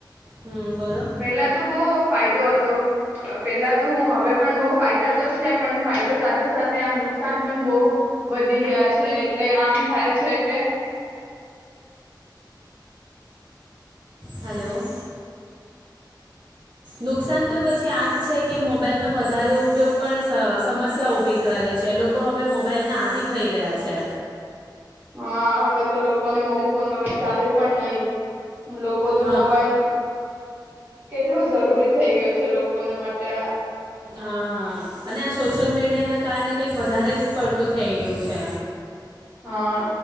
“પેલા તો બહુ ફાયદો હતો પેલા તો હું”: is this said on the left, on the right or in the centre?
Right